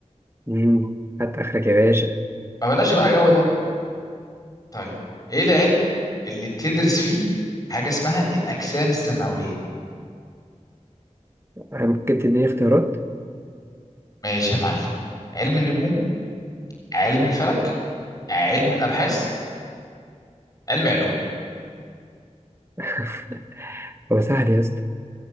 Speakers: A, on the right (about 20°); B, on the left (about 30°).
A: مم، هات آخرك يا باشا
B: ما بلاش بقى جو ده طيب ايه العلم اللي بتدرس فيه حاجة اسمها الأجسام السماوية
A: ممكن تديني اختيارات
B: ماشي يا معلم علم النجوم علم الفلك علم الأبحاث علم علوم
A: <laughs> هو سهل يا اسطى